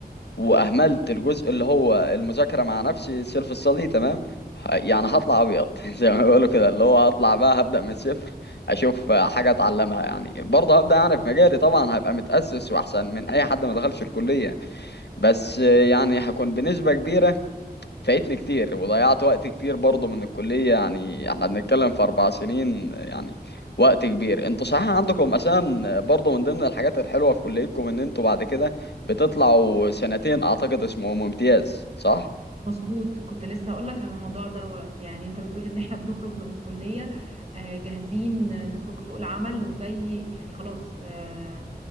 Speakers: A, on the left; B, on the right.
A: واهملت الجزء اللي هو المذاكره مع نفسي سيلف ستادي تمام ه- يعني هطلع ابيض <laughs> زي ما بيقولوا كده اللي هو هطلع بقى هبدا من الصفر اشوف حاجه اتعلمها يعني برضه هبدا يعني في مجالي طبعا هبقى متاسس واحسن من اي حد ما دخلش الكليه بس يعني هكون بنسبه كبيره فايتني كتير وضيعت وقت كتير برضه من الكلية يعني احنا بنتكلم في أربع سنين يعني وقت كبير انتوا صحيح عندكم أساسا برضه من ضمن الحاجات الحلوة في كليتكم ان انتوا بعد كده بتطلعوا سنتين أعتقد اسمهم امتياز صح؟
B: مظبوط كنت لسه هقولك على الموضوع دوت يعني انت بتقول ان احنا بنخرج من الكلية آه، جاهزين آه، نخرج سوق العمل وزي يعني خلاص آه،